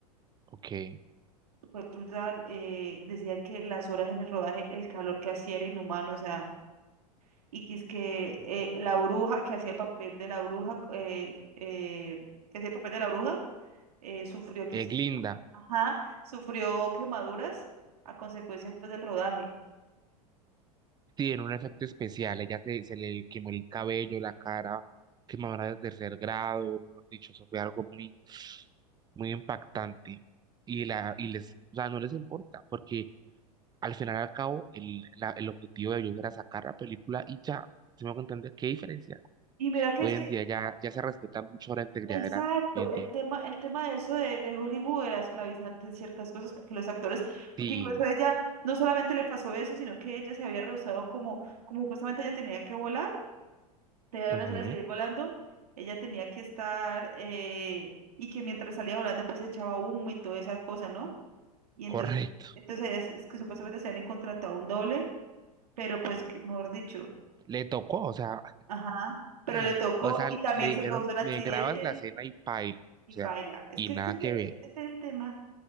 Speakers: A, on the right (about 20°); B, on the right (about 75°).
A: ok.
B: fue brutal. eh, decían que las horas en el rodaje, el calor que hacía era inhumano, o sea, y que es que eh, la bruja que hacía el papel de la bruja, eh, eh, que hacía el papel de la bruja, eh, sufrió, quis-
A: Eh, Glinda,
B: ajá, sufrió quemaduras a consecuencias pues, del rodaje.
A: sí, en un efecto especial, ella se, se le quemó el cabello, la cara, quemadura de tercer grado, mejor dicho, eso fue algo muy, muy impactante. Y, la, y les, o sea, no les importa, porque al final y al cabo, el, la- el objetivo de ellos era sacar la película y ya, si me hago entender, ¿qué diferencia?
B: Y mira que
A: Hoy
B: es que,
A: en día ya, ya se respeta mucho la integridad
B: exacto,
A: de la, hoy en
B: el
A: día.
B: tema, el tema de eso de, de Hollywood era esclavizante en ciertas cosas, porque los actores, porque
A: Sí,
B: incluso ella no solamente le pasó eso, sino que ella se había rehusado como, como justamente ella tenía que volar. de
A: ujú,
B: una de salir volando, ella tenía que estar eh, y que mientras salía volando pues echaba humo y toda esa cosa, ¿no? Y entonces,
A: correcto.
B: entonces ellas es que supuestamente se habían contratado un doble, pero pues, que- mejor dicho,
A: Le tocó, o sea,
B: ajá, pero le
A: <laughs>
B: tocó
A: o sea,
B: y también
A: le dijeron,
B: se causó un accidente
A: me grabas la escena y paila, o
B: y
A: sea,
B: paila. Es
A: y
B: que
A: nada
B: es que ese,
A: que ver.
B: ese- ese es el tema.